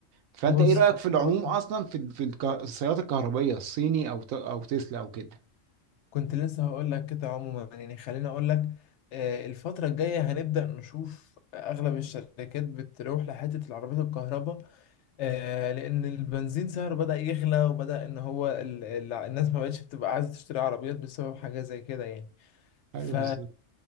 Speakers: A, on the right; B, on the left.
A: فانت
B: بص
A: ايه رايك
B: خليني
A: في العموم
B: أقول
A: اصلا في ال- في الك- السيارات الكهربائيه الصيني او ت- او تسلا او كده
B: كنت لسه هقول لك كده عموما يعني خليني أقول لك آه، الفترة الجاية هنبدأ نشوف أغلب الشركات بتروح لحتة العربيات الكهرباء آه، لان البنزين سعره بدأ يغلى وبدأ ان هو ال- ال- الناس ما بقتش بتبقى عايزة تشتري عربيات بسبب حاجة زي كده يعني
A: ايوه
B: ف
A: بالظبط